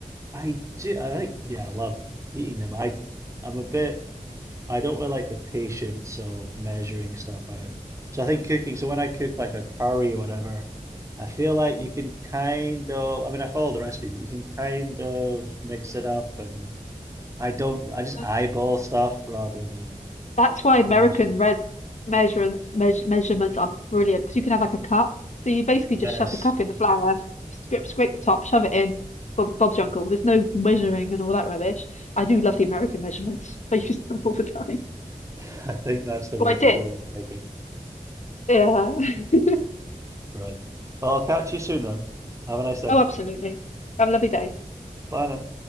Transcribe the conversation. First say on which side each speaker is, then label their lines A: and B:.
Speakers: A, on the right; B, on the left.
A: I do. I think, yeah, I love eating them. I, I'm a bit. I don't really like the patience of measuring stuff out. So I think cooking. So when I cook like a curry or whatever, I feel like you can kind of. I mean, I follow the recipe, but you can kind of mix it up, and I don't. I just
B: Um,
A: eyeball stuff rather than
B: That's why American
A: measuring.
B: red measurements meas measurements are brilliant because you can have like a cup. So you basically
A: Yes,
B: just shove the cup in the flour, scrape scrape the top, shove it in. Bob, Bob's your uncle. There's no measuring and all that rubbish. I do love the American measurements. <laughs> I use them all the time.
A: <laughs> I think that's the way
B: Well, I did.
A: to go with baking.
B: Yeah. <laughs>
A: Right. Well, I'll catch you soon then. Have a nice day.
B: Oh, absolutely. Have a lovely day.
A: Bye then.